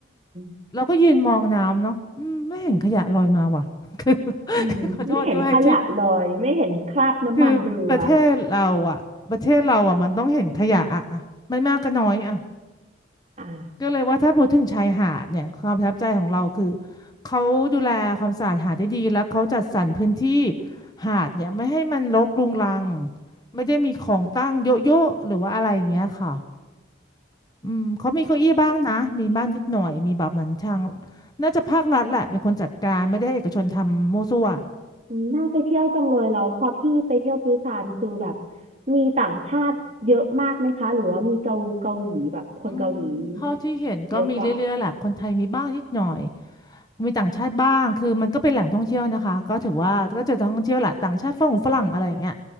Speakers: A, on the right; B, on the left.
A: ม
B: เราก็ยืนมองน้ำเนาะอืมไม่เห็นขยะลอยมาว่ะ <laughs> คือ
A: อืมไม่เห็นขยะลอย
B: คือขอโทษด้วยที่
A: ไม่เห็นคราบน้ำมันเรือ
B: คือประเทศเราอ่ะประเทศเราอ่ะมันต้องเห็นขยะอ่ะอะไม่มากก็น้อยอ่ะ
A: อ่า
B: ก็เลยว่าถ้าพูดถึงชายหาดเนี่ยความประทับใจของเราคือเขาดูแลความสะอาดหาดได้ดีแล้วเขาจัดสรรพื้นที่หาดเนี่ยไม่ให้มันรกรุงรังไม่ได้มีของตั้งเยอะๆหรือว่าอะไรอย่างเงี้ยค่ะอืมเขามีเก้าอี้บ้างนะมีบ้างนิดหน่อยมีแบบเหมือนทางน่าจะภาครัฐแหละเป็นคนจัดการไม่ได้ให้เอกชนทำมั่วซั่ว
A: อืมน่าไปเที่ยวจังเลยแล้วพอพี่ไปเที่ยวปูซานคือแบบมีต่างชาติเยอะมากไหมคะหรือว่ามีเกาเกาหลีแบบคนเกาหลี
B: อืมเท่าที่เห็นก็มีเรื่อยๆแหละคนไทยมีบ้างนิดหน่อย
A: เยอะกว่า
B: มีต่างชาติบ้าง คือมันก็เป็นแหล่งท่องเที่ยวนะคะ ก็ถือว่าก็เจอท่องเที่ยวแหละต่างชาติฝรั่งฝรั่งอะไรอย่างเงี้ย